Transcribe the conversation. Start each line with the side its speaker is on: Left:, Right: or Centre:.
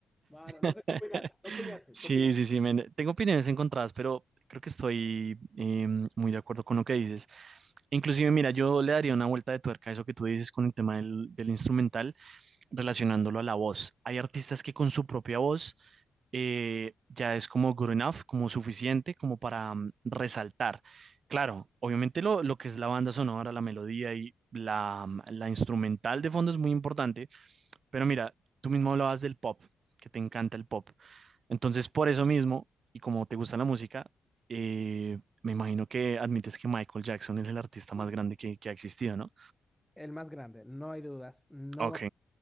Centre: Mano,
Right: <laughs>
Centre: no sé qué opinaste. ¿Qué opinaste?
Right: Sí,
Centre: ¿Qué opinaste?
Right: sí, sí, men. Tengo opiniones encontradas, pero creo que estoy eh, muy de acuerdo con lo que dices. Inclusive, mira, yo le daría una vuelta de tuerca a eso que tú dices con el tema del, del instrumental, relacionándolo a la voz. Hay artistas que con su propia voz eh, ya es como good enough, como suficiente, como para mm, resaltar. Claro, obviamente lo, lo que es la banda sonora, la melodía y la, mm, la instrumental de fondo es muy importante, pero mira, tú mismo hablabas del pop, que te encanta el pop. Entonces, por eso mismo, y como te gusta la música, eh, me imagino que admites que Michael Jackson es el artista
Centre: Uf,
Right: más grande que, que ha existido, ¿no?
Centre: El más grande, no hay dudas, no
Right: Ok,
Centre: hay...